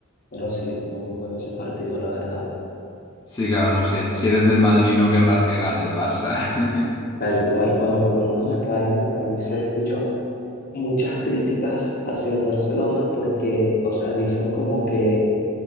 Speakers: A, on the left; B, on the left.
A: pero sí, estuvo muy bueno ese partido, la verdad.
B: Sí, claro, no, si, si eres del Madrid no querrás que gane el Barça. <laughs>
A: Tal cual. Bueno, por lo menos acá en mi país se escuchan muchas críticas hacia el Barcelona porque, o sea, dicen como que